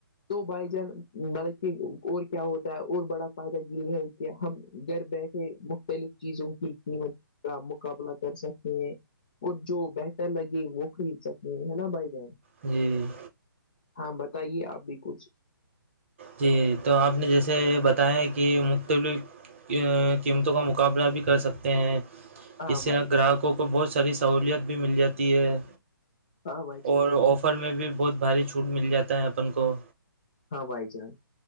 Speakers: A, on the left (about 25°); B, on the right (about 35°).
A: تو بھائی جان مطلب کہ اور کیا ہوتا ہے اور بڑا فائدہ یہ ہے کہ ہم گھر بیٹھے مختلف چیزوں کی قیمت کا مقابلہ کر سکتے ہیں اور جو بہتر لگے وہ خرید سکتے ہے نا بھائی جان
B: جی جی
A: ہاں بتائیے آپ بھی کچھ
B: جی تو آپ نے جیسے بتایا کہ مختلف قیمتوں کا مقابلہ بھی کر سکتے ہیں
A: ہاں
B: اس سے
A: بھائی
B: گراہکوں کو بہت ساری سہولت بھی مل جاتی ہے
A: ہاں بھائی جان
B: اور آفر میں بھی بہت بھاری چھوٹ مل جاتا ہے اپن کو
A: ہاں بھائی جان